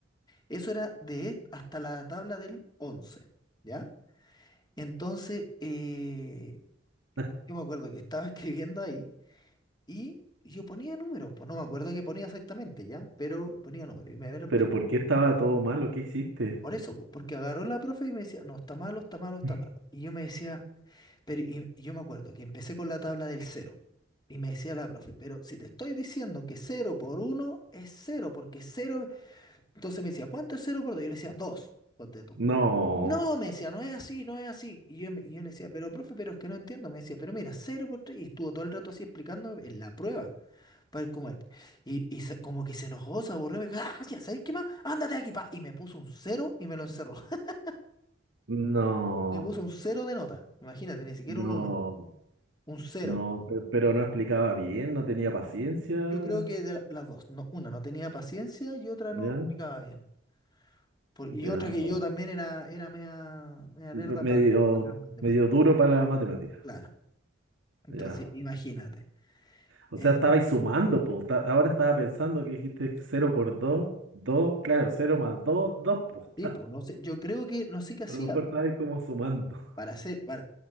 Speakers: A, on the left (about 20°); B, on the right (about 75°).
A: eso era de est- hasta la tabla del 11, ¿ya? Entonces, eh,
B: <laughs>
A: yo me acuerdo que estaba <laughs> escribiendo ahí y yo ponía números, pues no me acuerdo qué ponía exactamente, ¿ya? Pero ponía números y me ve la profe.
B: ¿Pero por qué estaba todo malo? ¿Qué hiciste?
A: Por eso, pues, porque agarró la profe y me decía, no, está malo, está malo, está
B: <laughs>
A: malo. Y yo me decía, pero y, y yo me acuerdo que empecé con la tabla del cero. Y me decía la profe, pero si te estoy diciendo que cero por uno es cero, porque cero. Entonces me decía, ¿cuánto es cero por dos? Yo le decía, dos, ponte tú.
B: No,
A: No, me decía, no es así, no es así. Y yo, me- y yo le decía, pero profe, pero es que no entiendo. Me decía, pero mira, cero por tres. Y estuvo todo el rato así explicando en la prueba. Para ver cómo es. Y, y se- como que se enojó, se aburrió. Me dijo, ah, ya, ¿sabes qué más? Ándate de aquí, pa. Y me puso un cero y me lo encerró. <laughs>
B: no,
A: Le puso un cero de nota. Imagínate, ni siquiera
B: no,
A: un uno. Un cero.
B: no, pe- pero no explicaba bien, no tenía paciencia,
A: Yo creo que de la- las dos. No, una no tenía paciencia y otra
B: ya,
A: no explicaba bien. Por-
B: ya,
A: y otra que
B: oh,
A: yo también era, era media, media
B: me-
A: lerda
B: medio,
A: para, para las matemáticas.
B: medio duro para las matemáticas,
A: Claro. Entonces,
B: ya.
A: imagínate.
B: O
A: Eh,
B: sea, estabais sumando, pues, ahora estaba pensando que dijiste cero por 2, 2. claro, cero más 2, dos. pues, <laughs>
A: Sí,
B: a
A: pues, no sé, yo creo que no sé qué hacía,
B: lo mejor
A: pues.
B: estabais como sumando,
A: Para ser, para,